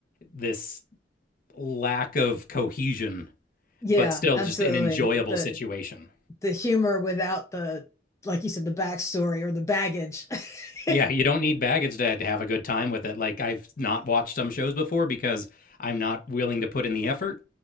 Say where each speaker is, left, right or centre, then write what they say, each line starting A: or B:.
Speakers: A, on the left; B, on the left.
A: this lack of cohesion,
B: Yeah,
A: but still
B: absolutely.
A: just an enjoyable
B: The
A: situation.
B: the humor without the, like you said, the backstory or the baggage. <laughs>
A: Yeah, you don't need baggage to, have a good time with it. Like I've not watched some shows before because I'm not willing to put in the effort,